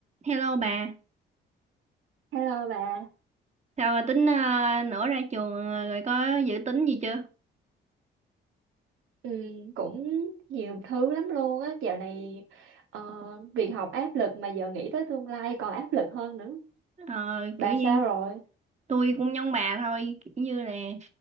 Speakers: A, on the right; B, on the right.
A: Hello bà,
B: Hello bà,
A: sao bà tính ờ, nữa ra trường ờ, rồi có dự tính gì chưa?
B: ừ, cũng nhiều thứ lắm luôn á, dạo này ờ, việc học áp lực mà giờ nghĩ tới tương lai còn áp lực hơn nữa.
A: Ờ, kiểu
B: Bà
A: như
B: sao rồi?
A: tôi cũng giống bà thôi, kiểu như là